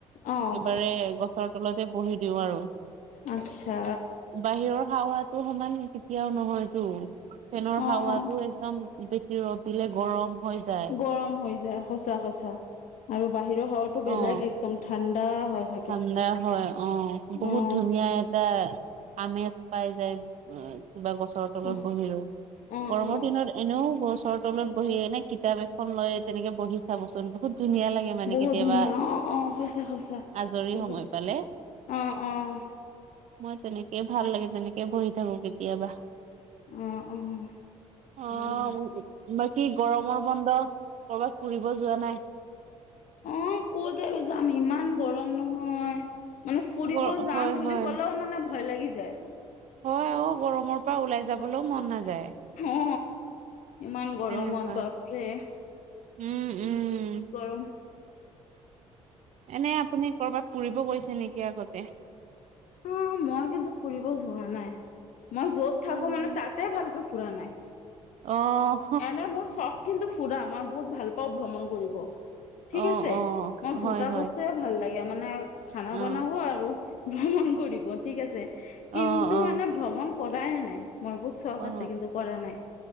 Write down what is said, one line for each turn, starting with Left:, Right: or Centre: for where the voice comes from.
Left: অ',
Right: একেবাৰে গছৰ তলতে বহি দিওঁ আৰু
Left: আচ্ছা
Right: বাহিৰৰ হাৱাত তোৰ সমান কেতিয়াও নহয়তটো, ফেনৰ
Left: অ',
Right: হাৱাতটো
Left: অ',
Right: একদম বেছি ৰদ দিলে গৰম হৈ যায়।
Left: গৰম হৈ যায় সচাঁ সচাঁ আৰু বাহিৰৰ হাৱাটো বেলেগ
Right: অ'।
Left: একদম ঠাণ্ডা হৈ থাকে
Right: ঠাণ্ডা হয় অঁ বহুত
Left: অ',
Right: ধুনীয়া এটা আমেজ পাই যায় কিবা গছৰ তলত
Left: অ',
Right: বহিলো
Left: অ',
Right: গৰমৰ
Left: অ',
Right: দিনত এনেও গছৰ তলত বহি এনে কিতাপ এখন লৈ তেনেকে বহি চাবচোন বহুত ধুনীয়া লাগে মানে
Left: বহুত
Right: কেতিয়াবা
Left: ধুনীয়া অ', অ', সঁচা সঁচা
Right: আজৰি
Left: বহুত
Right: সময় পালে।
Left: অ', অ',
Right: মই তেনেকেই ভাল লাগে তেনেকে বহি থাকো কেতিয়াবা।
Left: অ', অ',
Right: আহ
Left: ভাল ভাল
Right: বাকী গৰমৰ বন্ধ ক'ৰবাত ফুৰিব যোৱা নাই।
Left: আহ কত যাম ইমান গৰম নহয়। মানে ফুৰিব
Right: গৰ
Left: যাম
Right: হয়
Left: বুলি
Right: হয়
Left: ক'লেও মানে ভয় লাগি যায়।
Right: হয় অঔ গৰমৰ পৰা ওলাই যাবলৈও মন নাযায়।
Left: অ ইমান গৰমত
Right: তেনেকুৱা
Left: বাপৰে।
Right: উম উম
Left: গৰম।
Right: এনে আপুনি কৰবাত ফুৰিব গৈছে নেকি আগতে।
Left: অ মই কিন্তু ফুৰিব যোৱা নাই, মই যত থাকো
Right: অ',
Left: মানে তাতে ভালকে। নাই
Right: অ',
Left: এনে মোৰ শখ কিন্তু ফুৰা মই বহুত ভাল পাওঁ ভ্ৰমণ কৰিব,
Right: অ',
Left: ঠিক আছে মই
Right: হয়,
Left: দুটা
Right: হয়,
Left: বস্তুয়ে ভাল লাগে। মানে খানা
Right: অ',
Left: বনাব আৰু ভ্ৰমণ কৰিব ঠিক আছে।
Right: অ',
Left: কিন্তু
Right: অ',
Left: মানে ভ্ৰমণ কৰা হে নাই মোৰ বহুত চখ
Right: অ',
Left: আছে কিন্তু কৰা নাই